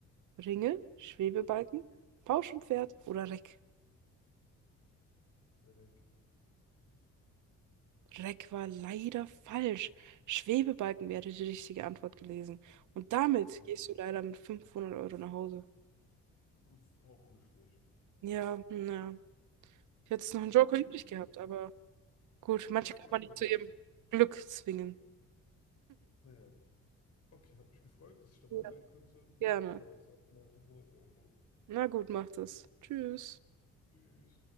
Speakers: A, on the right; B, on the left.
A: Ringe, Schwebebalken, Pauschenpferd oder Reck?
B: Herr Leck.
A: Reck war leider falsch. Schwebebalken wäre die richtige Antwort gewesen. Und damit
B: Hm.
A: gehst du leider mit 500 Euro nach Hause.
B: Das ist auch nicht schlecht.
A: Ja, ja. Ich hätte jetzt noch
B: Oh,
A: einen Joker übrig
B: das
A: gehabt,
B: ist gut.
A: aber gut, manche
B: 500
A: kann man nicht
B: Euro
A: zu
B: ist
A: ihrem
B: gut.
A: Glück zwingen.
B: Naja, okay, hat mich gefreut, dass ich dabei
A: Ja.
B: sein konnte.
A: Gerne.
B: Ich hau jetzt ab meine 500 Euro.
A: Na gut, macht es. Tschüss.
B: Tschüss.